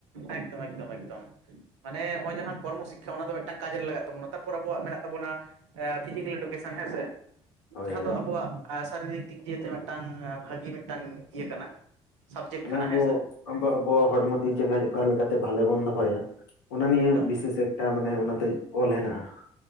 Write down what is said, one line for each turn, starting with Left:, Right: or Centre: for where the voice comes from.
Right: ᱮᱠᱫᱚᱢ ᱮᱠᱫᱚᱢ ᱮᱠᱫᱚᱢ ᱾ ᱢᱟᱱᱮ ᱱᱚᱜ-ᱚᱭ ᱡᱟᱦᱟᱸ ᱠᱚᱨᱢᱚ ᱥᱤᱠᱠᱷᱟ ᱚᱱᱟ ᱫᱚ ᱢᱤᱫᱴᱟᱝ ᱠᱟᱡ ᱨᱮ ᱞᱟᱜᱟᱜ ᱛᱟᱵᱚᱱᱟ ᱾ ᱛᱟᱯᱚᱨ ᱟᱵᱚᱣᱟᱜ ᱢᱮᱱᱟᱜ ᱛᱟᱵᱚᱱᱟ ᱮ ᱯᱷᱤᱡᱤᱠᱮᱞ ᱮᱰᱩᱠᱮᱥᱮᱱ ᱦᱮᱸᱥᱮ ᱾ <inaudible>
Left: ᱦᱳᱭ
Right: ᱡᱟᱦᱟ
Left: ᱦᱳᱭ
Right: ᱫᱚ ᱟᱵᱚᱣᱟᱜ ᱮ ᱥᱟᱨᱤᱨᱤᱠ ᱫᱤᱠ ᱫᱤᱭᱮᱛᱮ ᱢᱤᱫᱴᱟᱝ ᱵᱷᱟᱹᱜᱤ ᱢᱤᱫᱴᱟᱝ ᱤᱭᱟᱹ ᱠᱟᱱᱟ ᱥᱟᱵᱡᱮᱴ
Left: ᱚᱱᱟ
Right: ᱠᱟᱱᱟ
Left: ᱟᱵᱚ
Right: ᱦᱮᱸᱥᱮ ᱾
Left: ᱟᱵᱚ ᱟᱵᱚᱣᱟᱜ ᱦᱚᱲᱢᱚ ᱛᱤ ᱡᱟᱸᱜᱟ ᱚᱠᱟ ᱞᱮᱠᱟᱛᱮ ᱵᱷᱟᱞᱮ ᱵᱚᱱ ᱫᱚᱦᱚᱭᱟ ᱚᱱᱟ ᱱᱤᱭᱮ
Right: ᱮᱠᱫᱚᱢ
Left: ᱵᱤᱥᱮᱥ ᱮᱠᱴᱟ ᱢᱟᱱᱮ ᱚᱱᱟᱛᱮ ᱚᱞ ᱦᱮᱱᱟᱜ-ᱟ ᱾